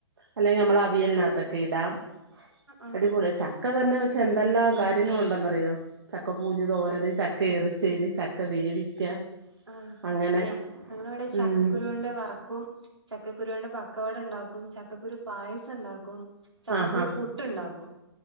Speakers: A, on the right; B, on the right.
A: അല്ലെങ്കിൽ നമ്മൾ അവിയലിനകത്തൊക്കെ ഇടാം
B: ആഹ്
A: അടിപൊളി ക്ക തന്നെ വെച്ച് എന്തെല്ലാം കാര്യങ്ങളുണ്ടെന്നറിയോ ചക്ക പൂഞ്ഞു തോരന് ചക്ക ഇറിശ്ശേരി ചക്ക വേവിക്ക
B: ആ
A: അങ്ങനെ
B: ഞാ ഞങ്ങള ഇവിടെ ചക്കക്കുരു
A: ഉം
B: കൊണ്ട്വറക്കും ചക്കുരു കൊണ്ട് പക്കവട ഉണ്ടാക്കും ചക്കുരു പായസം ഉണ്ടാക്കും ചക്കക്കുരു
A: ആഹ് ആഹ്
B: പുട്ട്ണ്ടാക്കും